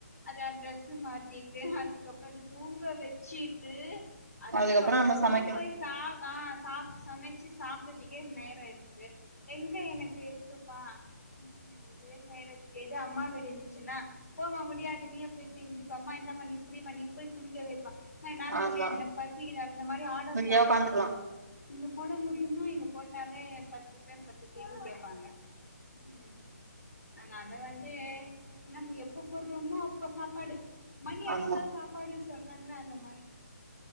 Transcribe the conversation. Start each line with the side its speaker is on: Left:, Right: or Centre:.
Left: அத டிரெஸ்சு மாத்திட்டு அதுக்கப்ற அது தூங்க வெச்சு ட்டு அதுக்கப்றோ
Right: அதுக்கப்புறோ நம்ம சமைக்கணு
Left: போய் சாப் ஆ சாப் சமச்சு சாப்றதுக்கே நேரோ இருக்கு எங்க எனக்கு இருக்கு பா ம் ம் இதுவே செய்றதுக்கே து அம்மா வீடிருந்துச்சுன்னா போமா முடியாது நீயே போய் செஞ்சுக்கோ அம்மா இந்தா நீ புடி மா நீ போய் துணி தொவ மா என்னால
Right: ஆமா
Left: முடியாது எனக்கு பசிக்குதா அந்த மாரி ஆர்டர்
Right: ஃப்ரீயா
Left: போடலா
Right: உக்காந்துக்கலா
Left: எங்க இங்க போட முடியுமா இங்க போட்டாலே பத்து பேர் பத்து கேள்வி கேப்பாங்க ம் ஆனா அத வந் எ நம்ம எப்ப போட்றோமோ அப்போ சாப்பாடு மணி அடிச்சா
Right: ஆமா
Left: சாப்பாடு சொல்றாங்ல அந்த மாரி